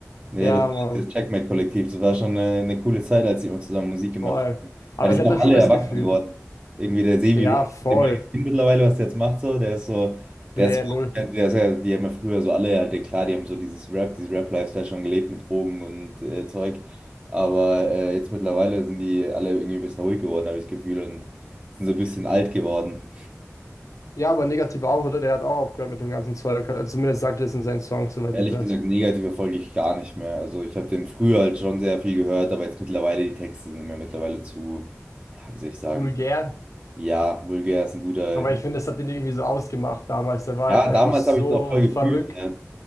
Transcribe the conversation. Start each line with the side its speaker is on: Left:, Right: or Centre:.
Right: Nee,
Left: Ja,
Right: das,
Left: Mann,
Right: dieses Checkmate-Kollektiv, das war schon eine, eine coole Zeit, als die immer zusammen Musik gemacht
Left: voll.
Right: haben.
Left: Aber
Right: Ja, die
Left: ich
Right: sind
Left: hatte
Right: auch alle
Left: schon das
Right: erwachsen
Left: Gefühl.
Right: geworden. Irgendwie der Sevi
Left: Ja,
Right: Rivers,
Left: voll.
Right: den man gesehen mittlerweile, was der jetzt macht, so, der ist so,
Left: Nee,
Right: der ist, so-
Left: null.
Right: der ist ja, die haben ja früher so alle, halt, ja klar, die haben so dieses Rap, dieses Rap-Lifestyle schon gelebt mit Drogen und äh, Zeug. Aber äh, jetzt mittlerweile sind die alle irgendwie ein bisschen ruhig geworden, habe ich das Gefühl, und sind so ein bisschen alt geworden.
Left: Ja, aber negativ auch, oder? Der hat auch aufgehört mit dem ganzen Zeug. Also zumindest sagt er das in seinen Songs, soweit
Right: Ehrlich
Left: ich weiß.
Right: gesagt, negativ folge ich gar nicht mehr. Also ich habe den früher halt schon sehr viel gehört, aber jetzt mittlerweile, die Texte sind mir mittlerweile zu, ja, wie soll ich sagen?
Left: Vulgär.
Right: Ja, vulgär ist ein guter.
Left: Aber ich finde, das hat ihn irgendwie so ausgemacht damals. Der war
Right: Ja,
Left: halt einfach
Right: damals
Left: so
Right: habe ich das auch voll
Left: verrückt.
Right: gefühlt, ja.